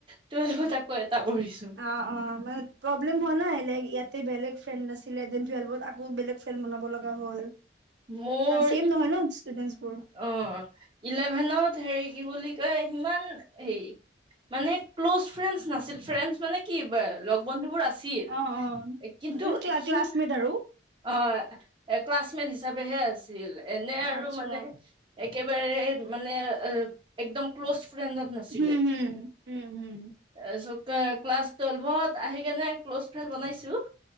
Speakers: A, on the right (about 25°); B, on the right (about 70°).
A: টুৱেলভত এটা আকৌ পঢ়িছো।
B: অ' অ' প প্ৰব্লেম হোৱা নাই লাইক ইয়াতে বেলেগ ফ্ৰড নাছিলে দেন টোৱেলভত আকৌ বেলেগ ফ্ৰণ্ড বনাব লগা হ'ল।
A: মোৰ,
B: চেম নহয় ন ষ্টুডেন্টচবোৰ
A: অ' ইলেভেনত হেৰি কি বুলি কয় সিমান হেৰি, মানে ক্ল'জ ফ্ৰেণ্ড নাছিল ফ্ৰেণ্ড মানে কি লগ বন্ধু বোৰ আছিল,
B: অ অ
A: কিন্তু
B: মানে ক্লা
A: সি
B: ক্লাছমেট আৰু
A: অ, ক্লাছমেট হিচাপেহে আছিল এনে আৰু
B: আচ্ছা
A: মানে একেবাৰে মানে একদম ক্লজ ুডণ্টত নাছিলে,
B: হুম হুম হুম হুম
A: তাৰ ক্লাছ টুৱেল্ভত আহি কেনে ক্ল'জ ফ্ৰেণ্ড বনাইছো।